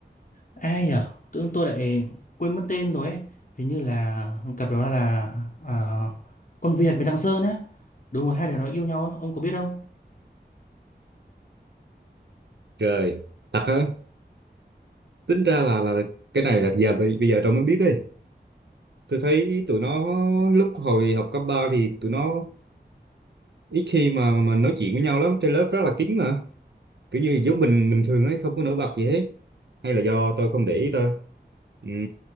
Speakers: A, on the left (about 45°); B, on the right (about 80°).
A: ai nhỉ tự dưng tôi lại quên mất tên rồi ấy hình như là cặp đó là ờ, con Việt với thằng Sơn á đúng rồi hai đứa nó yêu nhau á ông có biết không
B: trời thật hả tính ra là là cái này là giờ bây bây giờ tao mới biết ấy tôi thấy tụi nó lúc hồi học cấp 3 thì tụi nó ít khi mà mà nói chuyện với nhau lắm trên lớp rất là kín mà kiểu như giống mình bình thường ấy không có nổi bật gì hết hay là do tôi không để ý thôi Ừm,